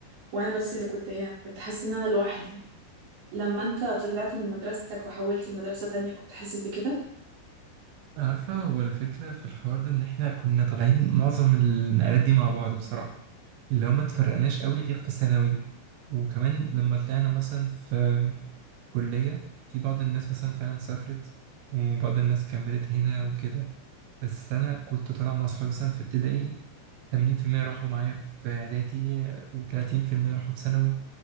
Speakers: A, on the right; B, on the right.
A: وأنا بس اللي كنت هنا كنت حاسة إن أنا لوحدي لما أنت طلعت من مدرستك وحولت لمدرسة تانية كنت حاسس بكده
B: عارفة هو الفكرة في الحوار ده إن إحنا كنا طالعين معظم النقلات دي مع بعض بصراحة اللي هو ما اتفرقناش قوي غير في ثانوي وكمان لما طلعنا مثلا في كلية في بعض الناس مثلا فعلا سافرت وبعض الناس كملت هنا وكده بس أنا كنت طالع مع صحابي مثلا في ابتدائي 80% راحوا معايا في إعدادي و30% راحوا في ثانوي